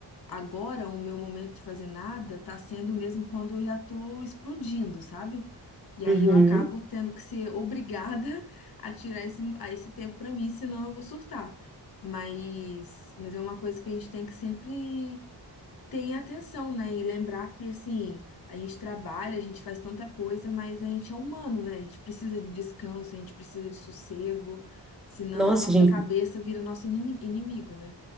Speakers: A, on the left (about 55°); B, in the centre.
A: agora o meu momento de fazer nada tá sendo mesmo quando eu já tô explodindo, sabe? E aí
B: uhum.
A: eu acabo tendo que ser obrigada <laughs> a tirar esse, a esse tempo pra mim, senão eu vou surtar. Mas, mas é uma coisa que a gente tem que sempre ter em atenção, né? E lembrar que, assim, a gente trabalha, a gente faz tanta coisa, mas a gente é humano, né? A gente precisa de descanso, a gente precisa de sossego, senão
B: Nossa,
A: a nossa
B: gente.
A: cabeça vira nosso ini- inimigo, né?